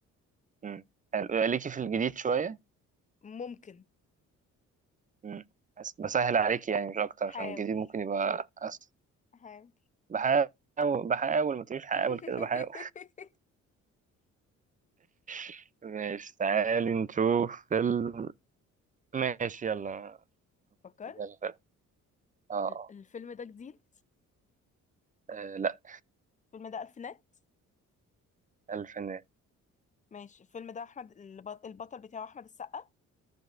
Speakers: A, on the right (about 25°); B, on the left (about 25°).
A: مم. حلو. ليكي في الجديد شوية
B: ممكن
A: مم. بس بسهل عليكي يعني مش أكتر
B: حاول
A: عشان الجديد ممكن يبقى أسهل
B: حاول
A: بحاول بحاول ما تقوليش حاول
B: <laughs>
A: كده بحاول <laughs> ماشي تعالي نشوف فيلم ماشي يلا
B: فكرت
A: فيلم فيلم. اه آه.
B: ال- الفيلم ده جديد
A: آه، لا
B: الفيلم ده الفينات
A: الفينات
B: ماشي الفيلم ده احمد البط- البطل بتاعه احمد السقا